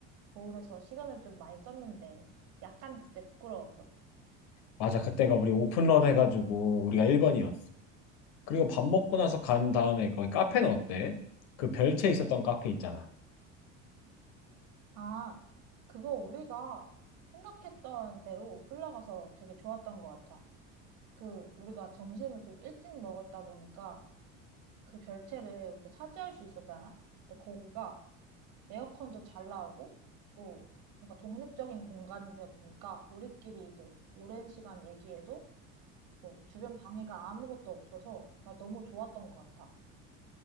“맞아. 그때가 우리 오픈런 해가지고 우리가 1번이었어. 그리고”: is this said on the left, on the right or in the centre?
Left